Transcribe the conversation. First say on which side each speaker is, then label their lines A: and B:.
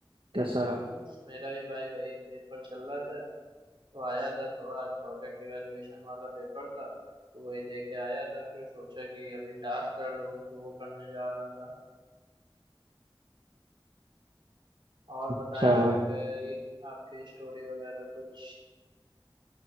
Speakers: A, on the right; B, on the right.
A: कैसा रहा
B: बस मेरा भी भाई वही पेपर चल रहा था तो आया था थोड़ा आज प्रोजेक्ट इवेलुएशन वाला पेपर था तो वही दे के आया था फिर सोचा कि अभी टास्क कर लूँ तो वो करने जा रहा था और
A: अच्छा
B: बताएं आप
A: भाई
B: अ, ये आपकी स्टोरी वगैरह कुछ